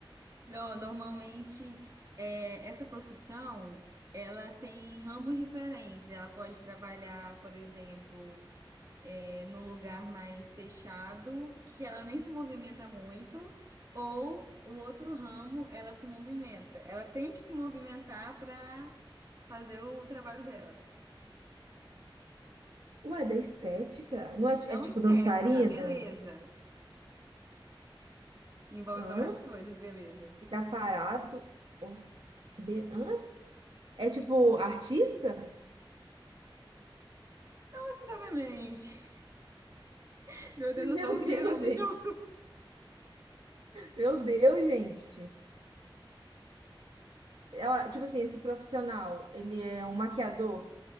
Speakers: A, on the right; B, on the right.
A: Não, normalmente é, essa profissão ela tem ramos diferentes. Ela pode trabalhar, por exemplo, é, num lugar mais fechado, que ela nem se movimenta muito, ou o outro ramo ela se movimenta. Ela tem que se movimentar para fazer o trabalho dela.
B: Ué, é da estética? Não é,
A: Não
B: é tipo
A: estética,
B: dançarina?
A: a beleza. Envolve
B: Hã?
A: várias coisas, beleza.
B: Ficar parado? Ou- be- Hã? É tipo artista?
A: Não necessariamente. <laughs> Meu Deus,
B: <laughs> Meu
A: eu sou horrível
B: Deus,
A: nesse
B: gente.
A: jogo.
B: Meu Deus, gente. Ela, tipo assim, esse profissional, ele é um maquiador,